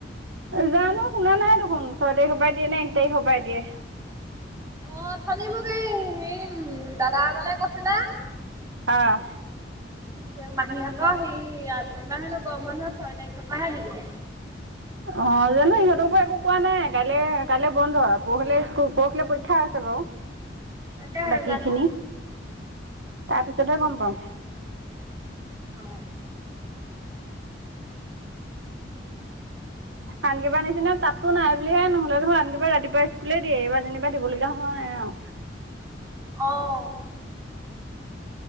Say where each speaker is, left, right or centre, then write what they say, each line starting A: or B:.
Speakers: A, on the right; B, on the right.
A: জানো? শুনা নাই দেখোন। ছয় তাৰিখৰ পৰা দিয়ে নে এক তাৰিখৰ পৰাই দিয়ে।
B: অ' অথনি মোক এই হেৰি উম দাদা এজনে কৈছিলে।
A: আহ
B: বে মাহীহঁত অ' সি এবাৰ হেনো গৰম বন্ধ ছয় তাৰিখৰ পৰাহে দিব।
A: অ' জানো, সিহঁতকো একো কোৱা নাই। কাইলে- কাইলৈ বন্ধ। পৰহিলে স্কুল- পৰহিলৈ পৰীক্ষা আছ ৰু
B: তাকেহে
A: বাকীখিনি।
B: জানো
A: তাৰপিছতহে গম পাম।
B: অ'।
A: আন কিবাৰ নিচিনা তাতো নাই বুলিহে নহলে যে, মই ৰাতিপুৱাই - ৰাতিপুৱাই স্কুলে দেৰি হোৱা যেনিবা দিব লগীয়া হয়। অ'।
B: অ'।